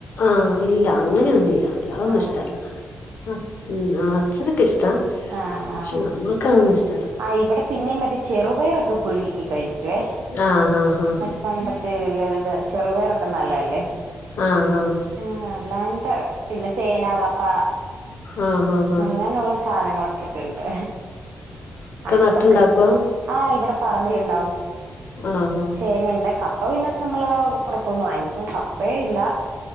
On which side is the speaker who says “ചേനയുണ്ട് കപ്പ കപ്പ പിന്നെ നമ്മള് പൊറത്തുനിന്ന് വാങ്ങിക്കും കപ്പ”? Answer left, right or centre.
Right